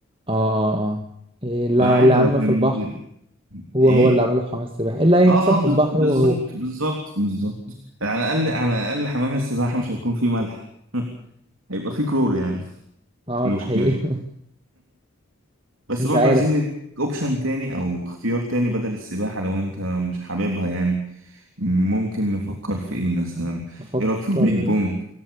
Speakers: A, on the right; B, on the right.
A: آه آه آه إيه اللي
B: فعادي
A: اللي عمله
B: لو كان
A: في البحر
B: بي-
A: هو
B: إيه؟
A: هو اللي عمله في حمام السباحة إيه اللي هيحصل
B: اه اه
A: في
B: بز-
A: البحر
B: بالظبط
A: هو هو
B: بالظبط بالظبط على الأقل على الأقل حمام السباحة مش هيكون فيه ملح <laughs> هيبقى فيه كلور يعني
A: آه
B: مش
A: دي حقيقة
B: مشكلة بس
A: <laughs> مش
B: برضه
A: عارف
B: عايزين نديك اوبشن تاني او اختيار تاني بدل السباحة لو انت مش حاببها يعني ممكن نفكر في ايه مثلا
A: بفكر
B: ايه رأيك في البيج بونج